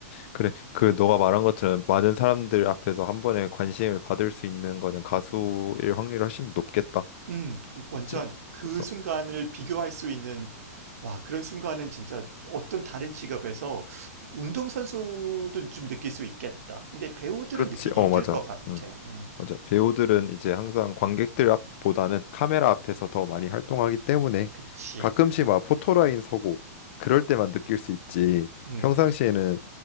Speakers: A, on the left; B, on the right.
A: 그래. 그 너가 말한 것처럼 많은 사람들 앞에서 한 번에 관심을 받을 수 있는 거는 가수일 확률이 훨씬 높겠다.
B: 음, 그 완전
A: 그치?
B: 그
A: 그래서
B: 순간을 비교할 수 있는 와, 그런 순간은 진짜 어떤 다른 직업에서 운동선수도 좀 느낄 수 있겠다. 근데 배우들은
A: 그렇지.
B: 느끼기
A: 어,
B: 힘들
A: 맞아.
B: 것 같아.
A: 응.
B: 음,
A: 맞아. 배우들은 이제 항상 관객들 앞보다는 카메라 앞에서 더 많이 활동하기 때문에
B: 그치.
A: 가끔씩 막 포토라인 서고 그럴 때만 느낄 수 있지.
B: 음.
A: 평상시에는